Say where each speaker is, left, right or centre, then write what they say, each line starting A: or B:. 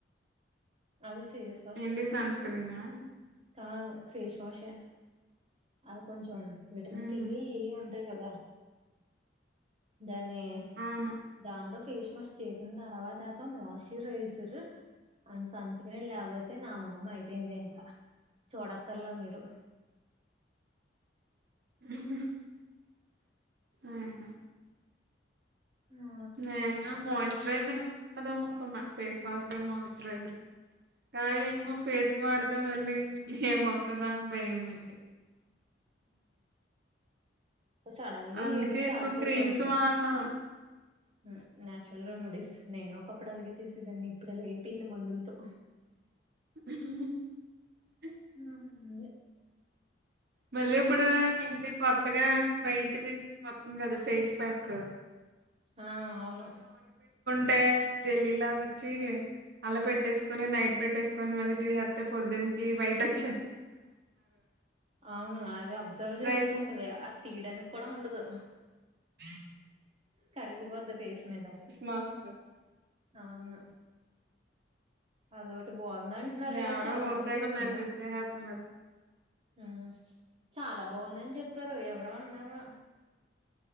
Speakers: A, on the right; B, on the right.
A: అది ఫేస్ వాష్
B: ఏంటి
A: చేసుకున్నప్పుడు
B: సన్ స్క్రీనా
A: కాదు ఫేస్ వాషే అది కొంచెం విటమిన్
B: ఉహు
A: సి, ఈ ఉన్ అంతే కదా దాన్ని
B: అవును
A: దాంతో ఫేస్ వాష్ చేసిన తర్వాత క మాయిశ్చరైజర్ కానీ సన్ స్క్రీన్ లేకపోతే నా మొహం అయిపోయింది ఇంకా చూడక్కర్లా మీరు
B: ఉ హు ఆ
A: హ
B: నేను గాని మాయిశ్చరైజర్ వాడుదాం అనుకున్నా ఫేస్ వాష్ మాయిశ్చరైజర్ కానీ ఏమో ఫేస్ కు వాడితే మళ్ళీ ఏమవుతదా అని భయం మళ్ళీ
A: హూ సడన్గా
B: అందుకే
A: ఏది స్టార్ట్
B: ఎక్కువ
A: చేయకూడదు
B: క్రీమ్స్ వాడను
A: ఉ నాచురల్ ఎల్లో మెడీస్ నేను ఒకప్పుడు అలాగే చేసేదాన్ని ఇప్పుడు అలాగ అయిపోయింది మందులతో
B: హు హు హు
A: అంతే
B: మళ్ళీ ఇప్పుడు ఇంటి పప్ త్తగా వైట్ది <inaudible> కదా ఫేస్ ప్యాక్
A: ఆ అవును
B: టె జల్లీ లాగ వచ్చి అలా పెట్టేసుకొని నైట్ పెట్టేసుకొని మళ్ళీ తీసేత్తే పొద్దునికి వైట్ తే
A: అవును అది అబ్జర్వ్ చేసుకుంటది
B: రైస్
A: ఆ తీడానికి కూడా ఉండదు స
B: ఆ
A: కరిగిపోద్ది ఫేస్ మీద
B: మాస్క్
A: అవును అదొటి బాగుందంటన్నారే
B: ఎవరో
A: చాలా
B: ఓ
A: మంది
B: తెగ
A: విన్నాను
B: మెసేజ్ చేసేత్తున్నారు.
A: ఉమ్ చాలా బాగుందని చెప్పారు ఎవరో ఉన్నారు